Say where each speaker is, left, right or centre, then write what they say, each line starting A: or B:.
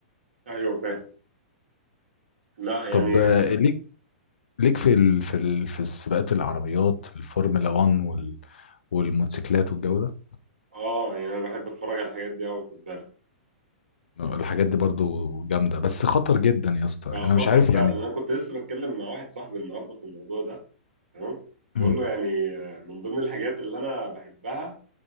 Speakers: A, on the right; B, on the left.
A: ايوه فاهم لا يعني
B: طب آه، ليك ليك في ال... في ال... في السباقات العربيات الفورمولا 1 وال... والموتوسيكلات والجو ده
A: اه يعني انا بحب اتفرج على الحاجات دي قوي خد بالك
B: الحاجات
A: يعني
B: دي برضو جامده بس خطر جدا يا اسطى
A: بقى
B: انا
A: خطر
B: مش عارف يعني
A: فعلا انا كنت لسه بتكلم مع واحد صاحبي النهارده في الموضوع ده تمام بقول
B: مم.
A: له يعني آه، من ضمن الحاجات اللي انا بحبها